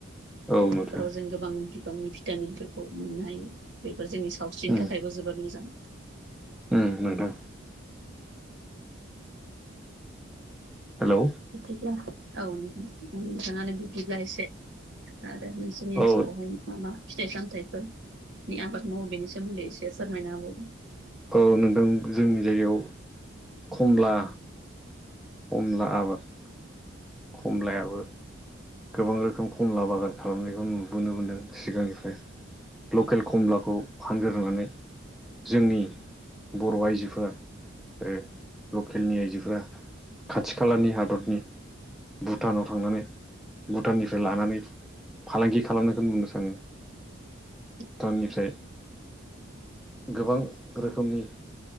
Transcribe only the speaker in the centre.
औ
नोंथां
उम
उम नोंथां। हेलौ।
औ
औ नोंथां जोंनि जायगायाव कमला कमला आबाद कमलायाबो गोबां रोखोम कमला बागान खालामनायखौ नुबोनो मोन्दों सिगांनिफ्राय। लकेल कमलाखौ फानग्रोनानै जोंनि बर' आइजोफोरा ओ लकेलनि आइजोफोरा खाथि खालानि हादरनि भुटानाव थांनानै भुटाननिफ्राय लानानै फालांगि खालामनायखौ नुनो थाङो।
भुटाननिफ्राय गोबां रोखोमनि